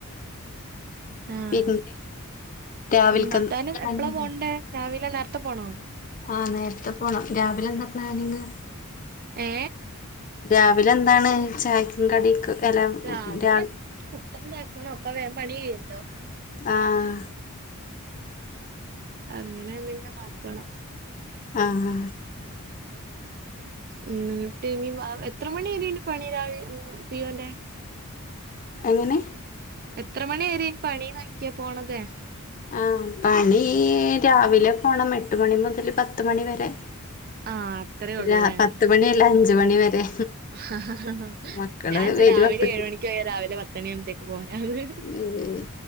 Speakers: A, on the right; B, on the left.
A: ആഹ്
B: പിന്നെ രാവിൽക്ക്
A: മം ഭർത്താവിന്
B: എന്ത് പ്ലാനുണ്ട്
A: എപ്പളാ പോണ്ടേ രാവിലെ നേരത്തെ പോണോ.
B: ആഹ് നേരത്തെ പോണം രാവിലെ എന്താ പ്ലാനിങ്
A: ഏ
B: രാവിലെ എന്താണ് ചായക്കും കടിക്കും അല്ല
A: രാവിലെ
B: രാ
A: പുട്ട് ഇണ്ടാക്കണം അപ്പോ വേ പണി കഴിയോലോ
B: ആഹ്
A: <inaudible> അങ്ങനെ എന്തെങ്കിലും നോക്കണം
B: ആഹ്
A: ഉം ഇന്നീട്ടിനി വാ എത്ര മണി വേരെന്‌ രാവിലെ മം പി ഓ ന്റെ
B: എങ്ങനെ
A: എത്ര മണി വരെ ഇനി പണി ചോയ്ക്ക പോണത്
B: ആ പണി രാവിലെ പോണം എട്ട് മണി മുതൽ പത്ത് മണി വരെ
A: ആഹ് അത്രേ ഒള്ളൂല്ലേ?
B: രാ പത്തുമണിയല്ല അഞ്ച് മണി വരെ
A: ഹഹ ആഞാൻ
B: മക്കള്
A: വിചാരിച്ചു
B: വരും
A: രാവിലെ
B: അപ്പത്തിന്
A: ഏഴ് മണിക്ക് പോയ രാവിലെ പത്ത മണി ആകുമ്പഴത്തേക്ക് പോരാന്ന്‌
B: പിന്നെ